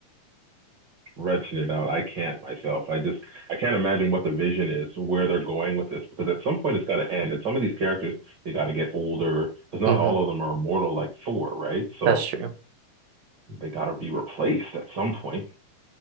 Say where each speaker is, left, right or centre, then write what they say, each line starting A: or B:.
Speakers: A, on the right; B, on the right.
A: retching it out. I can't myself. I just I can't imagine what the vision is, where they're going with this, because at some point it's got to end. And some of these characters they got to get older, because not
B: hmm
A: all of them are immortal like Thor, right? So
B: That's true.
A: they got to be replaced at some point.